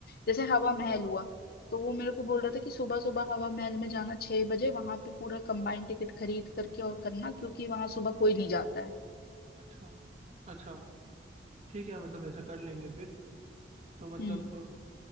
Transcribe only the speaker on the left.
जैसे हवा महल हुआ तो वो मेरे को बोल रहा था कि सुबह सुबह हवा महल में जाना छह बजे वहां पे पूरा कंबाइंड टिकट खरीद करके और करना क्योंकि वहां सुबह कोई नहीं जाता है
हम्म